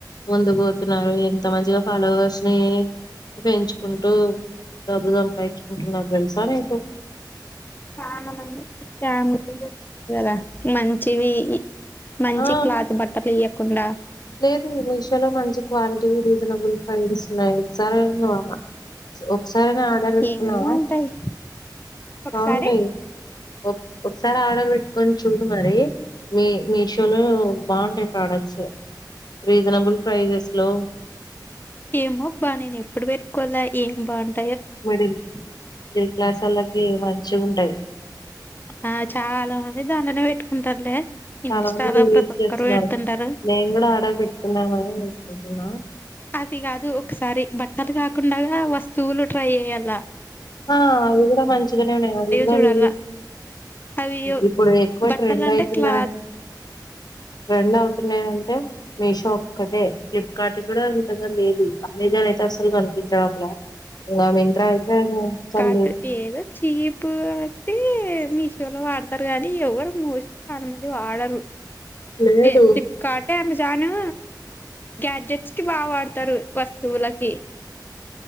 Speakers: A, on the left; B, on the left.
A: ముందుకు పోతున్నారు ఎంత మంచిగా ఫాలోవర్స్ ని పెంచుకుంటూ డబ్బు సంపాయించుకుంటున్నరు తెలుసా కాని
B: చాన మంది <unintelligible> కదా మంచివి మంచి
A: ఆ
B: క్లాత్ బట్టలు ఇయ్యకుండా
A: లేదు మీషోలో మంచి క్వాలిటీ లెద్ రీసనబుల్ ప్రైసస్ ఉన్నాయ్ ఒకసారి అయినా పోదమా ఒక్ సారన్నా ఆర్డర్ పెట్టుకున్నావా
B: ఏమేమో అంటాయి ఒకసారి
A: బావుంటయ్ ఓ ఓ ఒకసారి ఆర్డర్ పెట్టుకొని చూడు మరి మీ మిషో షోలో బాగుంటాయి ప్రొడక్ట్స్ రీజనబుల్ ప్రైసెస్ లో
B: ఏమొబ్బ నేను ఎప్పుడు పెట్టుకొలె ఏం బాగుంట్
A: మిడిల్ మిడిల్ క్లాస్ వాళ్లకి మంచిగా ఉంటాయి
B: ఆ చాలా మంది దాన్లోనే పెట్టుకుంటారులే ఇన్స్టాలో
A: చాలా మంది రివ్యూస్
B: ప్రతి ఒక్కరు
A: చేస్తున్నారు
B: పెడుతుంటారు.
A: నేను ఆర్డర్ పెట్టుకుందాం అని అనుకుంటున్న
B: అది కాదు ఒకసారి బట్టలు కాకుండా వస్తువులు ట్రై చెయ్యాలా
A: ఆ అవి కూడా మంచిగానే ఉన్నాయి అవి కూడా
B: చూడాల
A: రీ
B: అవి
A: ఇప్పుడు ఎక్కువ
B: బట్టలు
A: ట్రెండ్
B: అంటే
A: అయితున్నా
B: క్లాత్
A: ట్రెండ్ అవుతున్నాయి అంటే మీషో ఒక్కటే ఫ్లిప్కార్ట్ కూడా అంతగా లేదు ఆమ్ అయితే అసలు కనిపించడంలే ఇగ మింత్రా అయితే అస్సలు
B: కాట్
A: లేదు
B: ఏదో చీప్ వట్టి మీషోలో వాడుతారు కానీ ఎవరు మోస్ట్లీ చాలా మంది వాడరు
A: లేదు
B: ఏ ఫ్లిప్కార్ట్ అమెజాన్ను గ్యాడ్జెట్స్ కి బా వాడతారు వస్తువులకి